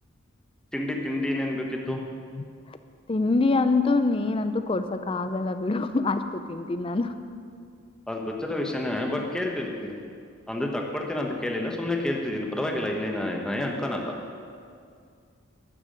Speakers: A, in the centre; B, on the left.
A: ತಿಂಡಿ ತಿಂಡಿ ಏನೇನ್ ಬೇಕಿತ್ತು
B: <inaudible> ತಿಂಡಿ ಅಂತ ನೀನಂತೂ ಕೊಡ್ಸಕ ಆಗಲ್ಲ ಬಿಡು ಆಯ್ತು ತಿಂತೀನಿ ನಾನು
A: ಅಧು ಗೊತ್ತಿರ ವಿಷಯಾನೇ ಬಟ್ ಕೇಳ್ತ ನೀ ಅಂದ್ರೆ ತಕ್ಕಕೊಡ್ತೀನ ಅಂತ ಕೇಳಲಿಲ್ಲ ಸುಮ್ನೆ ಕೇಳ್ತಿದೀನಿ ಪರವಾಗಿಲ್ಲ ಇಲ್ಲಿ ನಯ ಅನ್ಕಾನಲ್ಲ